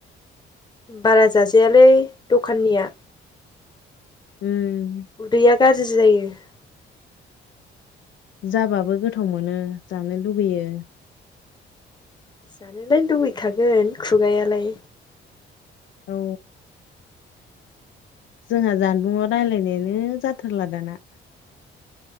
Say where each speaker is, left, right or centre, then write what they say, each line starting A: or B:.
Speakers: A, on the left; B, on the left.
A: बारा जाजायालै द'खाननिया।
B: ओम।
A: उदैया गाज्रि जायो। <inaudible>
B: जाबाबो गोथाव मोनो जानो लुुबैयो।
A: जानोलाय लुबैखागोन। खुगायालाय।
B: औ। जोंहा जानबुंआव रायलायनायानो जाथारला दाना।